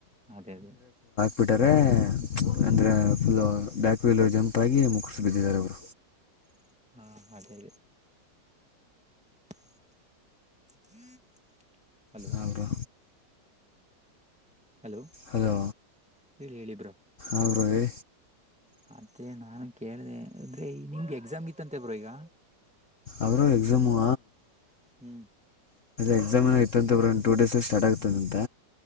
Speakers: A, in the centre; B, on the left.
A: ಅದೇ ಅದೇ.
B: ಬಿಟ್ಟರೆ ಅಂದ್ರೆ ಫುಲ್ ಬ್ಯಾಕ್ ವೀಲ್ ಜಂಪ್ ಬಾಗಿ ಮುಗಿಸಿ ಬಿದ್ದಿದ್ದಾರೆ ಬ್ರೋ.
A: ಹಾ ಅದೇರಿ <inaudible> <inaudible> ಹಲೋ
B: ಅವರು
A: ಹಲೋ
B: ಹಲೋ
A: ಹೇಳಿ ಹೇಳಿ ಬ್ರೋ.
B: ಅವರು ಹೇಳಿ
A: ಅದೇ ನಾನು ಕೇಳಿದೆ ನಿಮ್ಗೆ ಎಕ್ಸಾಮ್ಗೆ ಇತ್ತ ಅಂತೆ ಬ್ರೋ ಈಗ.
B: ಅವರು ಎಕ್ಸಾಮು
A: ಹ್ಮ್
B: ಎಕ್ಸಾಮ್ಗ ಇತ್ತ ಅಂತ ಬ್ರೋ ಒಂದು ಟೂ ಡೇಸ್ ಅಲ್ಲಿ ಸ್ಟಾರ್ಟ್ ಆಗ್ತದ ಅಂತ.